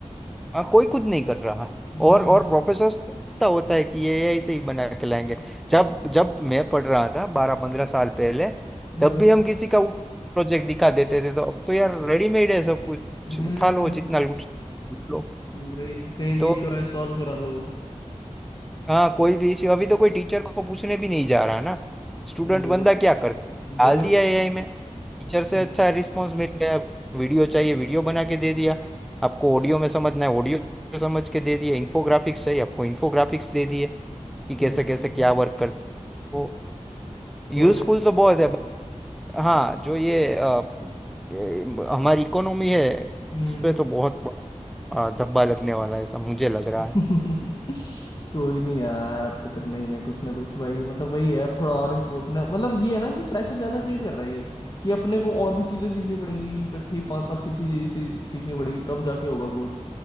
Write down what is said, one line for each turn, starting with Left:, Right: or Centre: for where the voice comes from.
Centre: हाँ कोई कुछ नहीं कर रहा
Left: हम्म
Centre: और और प्रोफेसर को पता होता है कि ये ऐसे ही बना के लाएंगे जब जब मैं पढ़ रहा था बारह पंद्रह साल पहले
Left: हाँ
Centre: तब भी हम किसी का प्रोजेक्ट दिखा देते थे तो अब तो यार रेडीमेड है सब कुछ
Left: हम्म
Centre: उठा लो जितना लूट लूट लो
Left: भाई कहीं
Centre: <laughs> तो
Left: भी इशू आए सॉल्व करा लो
Centre: हाँ कोई भी इश्यू अभी तो कोई टीचर को पूछने भी नहीं जा रहा ना स्टूडेंट
Left: जरूरत
Centre: बंदा क्या करता है, डाल
Left: जरूरत
Centre: दिया
Left: ही-
Centre: एआई में टीचर से
Left: हम्म
Centre: अच्छा रिस्पॉन्स मिल गया वीडियो चाहिए वीडियो बना के दे दिया आपको ऑडियो में समझना है ऑडियो समझ के दे दिया इन्फोग्राफिक्स चाहिए आपको इन्फोग्राफिक्स दे दिए
Left: कॉलेज
Centre: कि कैसे कैसे
Left: हम्म
Centre: क्या वर्क करते वो
Left: college-
Centre: यूजफुल तो बहुत है but हाँ जो ये अ, ये हमारी इकोनॉमी है
Left: हम्म,
Centre: उस पर तो बहुत बड़ा, अ, धब्बा लगने वाला है ऐसा मुझे लग रहा
Left: <laughs> कोई नहीं यार अब तो करना ही है कुछ ना कुछ भाई मतलब वही है अब थोड़ा और इम्प्रूव अपना मतलब ये है ना कि प्रेशर ज्यादा क्रिएट कर रहा है ये कि अपने को और भी चीजें सीखनी पड़ेंगी इकट्ठे ही पांच पांच छह छह चीजें सी- सीखनी पड़ेगी तब जाके होगा कुछ